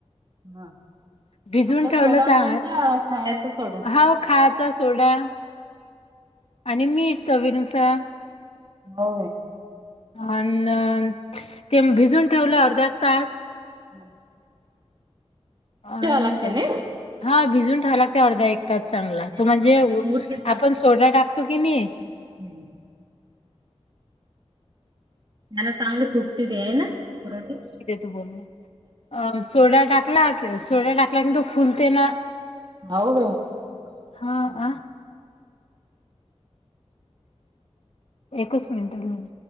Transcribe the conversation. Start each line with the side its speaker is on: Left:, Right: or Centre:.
Right: हा
Left: भिजून
Right: आपला
Left: ठेवलं
Right: सोडा
Left: चांग
Right: कोणता खायचा सोडा
Left: हाव खायचा सोडा आणि मीठ चवीनुसार
Right: हो
Left: अनं ते भिजून ठेवलं अर्धा एक तास
Right: हं
Left: अनं
Right: लागते ना
Left: हा भिजून ठेवायला लागतय अर्धा एक चांगला
Right: त्यानं
Left: तो म्हणजे
Right: समजा ते मुरते
Left: आपण सोडा टाकतो की नी
Right: हम्म आता चांगली फुगते ती आहे ना रोटी
Left: तू बोल ना अ सोडा टाकला कि सोडा टाकला की तो फुलते ना
Right: होऊ काय
Left: हां, आ? एकच मिनिट झालाय अजून